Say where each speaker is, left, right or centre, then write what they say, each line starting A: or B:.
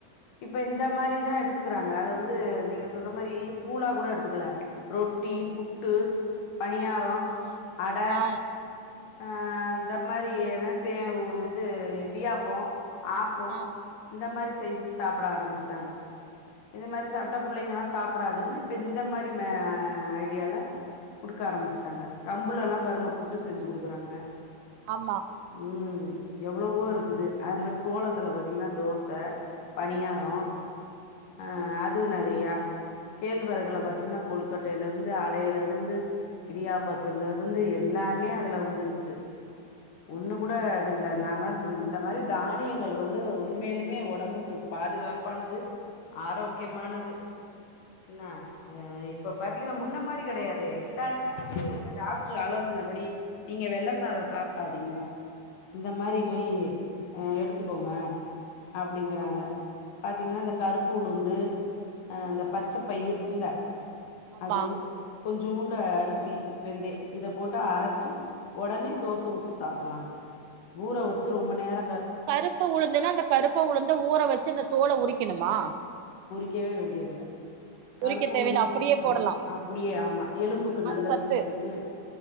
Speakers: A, on the left (about 65°); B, on the right (about 80°).
A: இப்ப இந்த மாரிதா எடுத்துக்குறாங்க அத வந்து நீங்க சொல்ற மாரி கூழா கூட எடுத்துக்கல ரொட்டி புட்டு பனியாரொ
B: ஆ
A: அட
B: ஆ
A: அ அந்த மாரி எனா செ ஒ இது இடியாப்பொ ஆப்போ
B: ஆ
A: இந்த மாரி செஞ்சு சாப்புட ஆரம்பிச்சுட்டாங்க இது மாரி சாப்ட்டா புள்ளைங்கல்லா சாப்டாதுன்னு இப்ப இந்த மாரி மெ ஐடியால குடுக்க ஆரம்பிச்சுட்டாங்க கம்புலல்லா
B: ம்
A: பாருங்க புட்டு செ ஞ்சு குடுக்குறாங்க
B: ஆமா
A: ம் எவ்ளவோ இருக்குது அது மாரி சோளத்துல பாத்தீங்கனா தோச பணியாரொ அ அதுவ் நெறையா கேழ்வரகுல பாத்தீங்கன்னா கொழுக்கட்டைலருந்து அடைலருந்து இடியாப்பத்துலெருந்து எல்லா மே அதுல வந்துருச்சு ஒன்னு கூட அதுல்ல நாம இந்த மாரி தானியங்கள் வந்து உண்மைலுமே ஒடம்புக்கு பாதுகாப்பானது ஆரோக்கியமானது என்ன இப்ப பாத்தீங்கனா முன்ன மாரி கெடையாது எல்லாருமே வந்து டாக்டர் ஆலோசன படி நீங்க வெள்ள சாதொ சாப்டாதீங்க இந்த மாரி
B: ம்
A: போய் அ எடுத்துக்கோங்க அப்புடிங்குறாங்க பாத்தீங்கனா இந்த கருப்பு உளுந்து அ இந்த பச்ச பயிர்ருக்குல்ல
B: ஆமா
A: அது கொஞ் சூண்டு அரிசி வெந்தய இத போட்டு அர ச்சு ஒடனே தோச ஊத்தி சாப்புல்லா அது ஊற வச்சு ரொம்ப நேர
B: கருப்ப உளுந்துன்னா இந்த கருப்ப உளுந்த ஊற வச்சு இந்த தோல உரிக்கணுமா
A: க்கவே வேண்டியதுல்ல கருப்பு
B: உரிக்க தேவையில்ல
A: உளுந்து
B: அப்படியே
A: அஹ்
B: போடலா
A: அப்புடியே ஆமா எலும்புக்கு
B: அது
A: நல்லதுன்
B: சத்து
A: சொல்லிட்டு